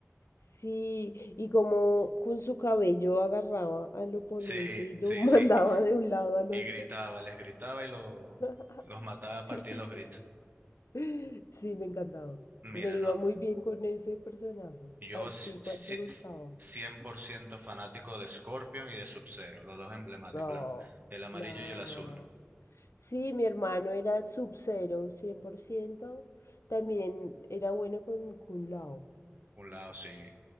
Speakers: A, on the left; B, on the right.
A: Sí, y como con su cabello agarraba al oponente
B: Sí,
A: y lo
B: sí,
A: <laughs> mandaba
B: sí.
A: de un lado al
B: y
A: otro.
B: gritaba, les gritaba y lo,
A: <laughs>
B: los mataba
A: Sí.
B: a partir de los gritos.
A: <laughs> Sí, me encantaba.
B: Mira,
A: Me iba
B: no,
A: muy bien con ese personaje.
B: yo
A: ¿A
B: s-
A: ti cuál
B: si-
A: te gustaba?
B: s- 100% fanático de Scorpion y de Sub-Zero, los dos emblemáticos,
A: Oh,
B: el, am- el amarillo
A: claro.
B: y el azul.
A: Sí, mi hermano era Sub-Zero, 100%. También era bueno con Kun Lao.
B: Un lado, sí,